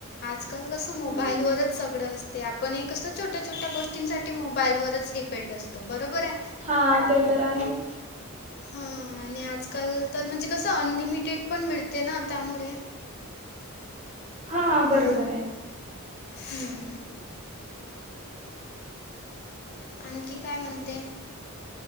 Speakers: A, on the left (about 50°); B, on the right (about 30°).
A: आजकाल कसं मोबाईलवरच्
B: हम्म
A: सगळं असते आपण एक असत छोट्या छोट्या गोष्टींसाठी मोबाईलवरच डिपेंड असतो बरोबरे.
B: हा ते तर आहेच.
A: हां आणि आजकाल तर म्हणजे कसं अनलिमिटेड पण मिळते ना त्यामुळे
B: हा
A: हू
B: बरोबर आहे.
A: हू आणखी काय म्हणते